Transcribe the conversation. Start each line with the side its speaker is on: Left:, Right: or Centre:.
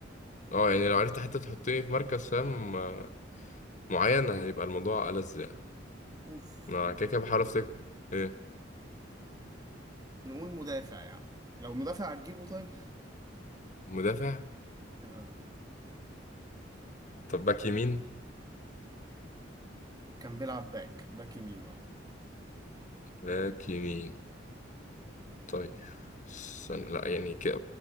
Left: اه يعني لو عرفت حتى تحطني في مركز فاهم آه، معين هيبقى الموضوع ألذ يعني
Right: اوف
Left: انا كده كده بحاول افتكر ايه
Right: نقول مدافع يعني لو مدافع هتجيبه طيب
Left: مدافع
Right: <laughs> آه.
Left: طب باك يمين
Right: كان بيلعب باك باك يمين اه
Left: باك يمين طيب استنى، لا يعني كده